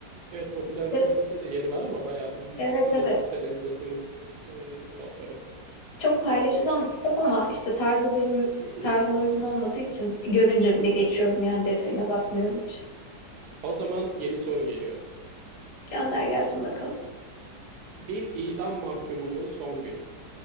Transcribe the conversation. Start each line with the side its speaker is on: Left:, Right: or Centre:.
Right: Evet popüler
Left: De-
Right: kültürde de yeri var ama bayağı bir 100-150
Left: evet evet.
Right: sene öncesinin e, kitapları.
Left: Çok paylaşılan
Right: O şey.
Left: bir kitap ama işte tarzı benim
Right: Hı hı.
Left: tarzıma uygun olmadığı için görünce bile geçiyorum yani detayına bakmıyorum hiç.
Right: O zaman yeni soru geliyor.
Left: Gönder gelsin bakalım.
Right: Bir idam mahkumunun son günü.